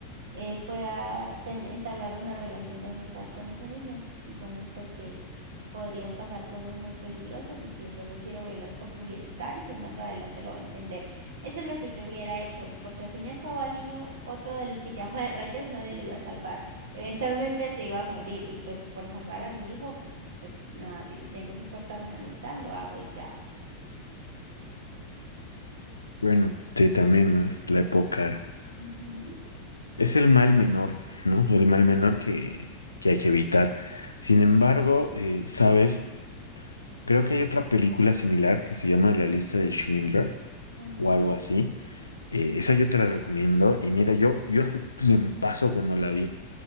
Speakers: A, on the right (about 60°); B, on the left (about 80°).
A: él pueda ten- entablar una relación de amistad con ese niño. Entonces, pues que podrían pasar cosas muy peligrosas y que solo quiero velar por su bienestar y que más adelante lo va a entender. Eso es lo que yo hubiera hecho, porque al fin y al cabo al niño otro del pijama de rayas nadie lo iba a salvar. Eventualmente se iba a morir y pues por salvar a mi hijo, pues nada, si le tengo que cortar una amistad, lo hago y ya.
B: Bueno, sí, también, ¿no? Es la época,
A: Ujú,
B: es el mal menor, ¿no? El mal menor que, que hay que evitar. Sin embargo, eh, ¿sabes? Creo que hay otra película similar que se llama La lista de Schindler
A: ujú.
B: o algo así. Eh, esa yo te la recomiendo. Y mira, yo, yo hace tiempazo que no la vi.